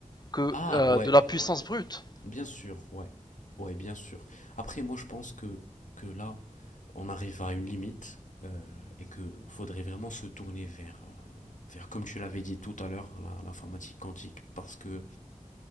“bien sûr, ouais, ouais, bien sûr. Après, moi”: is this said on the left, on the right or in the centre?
Left